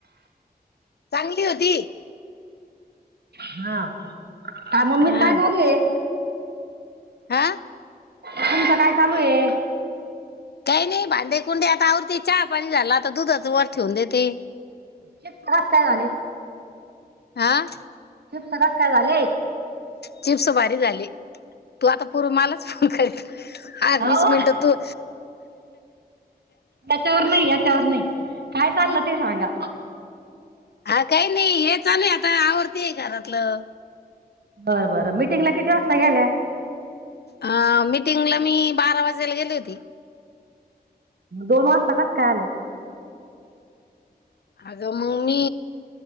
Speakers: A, on the left; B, on the right.
A: चांगली होती.
B: हा. का मम्मीच
A: हा
B: काय चालुय?
A: आं?
B: तुमचं काय चालूय?
A: काही नाही. भांडे- कुंडे आता आवरती. चहा पाणी झाला आता, दुधाच वर ठेऊन देते.
B: ही त्रास काय झाले?
A: आं.
B: चिप्सं कसं काय झालेय?
A: चिप्स भारी झाले. तू आता पूर् मलाच फोन करील. आ
B: अहो
A: वीस मिनटं तू,
B: याच्यावर नाही
A: <unintelligible>
B: याच्यावर नाही काय चाललं ते सांगा.
A: आ काही नाही. हे चालूय आता, आवरतेय घरातलं.
B: बरं, बरं. मिटिंगला किती वाजता गेल्या?
A: अ मीटिंगला मी, बारा वाजेला गेली होती.
B: दोन वाजता कास काय आले?
A: अगं, मग मी,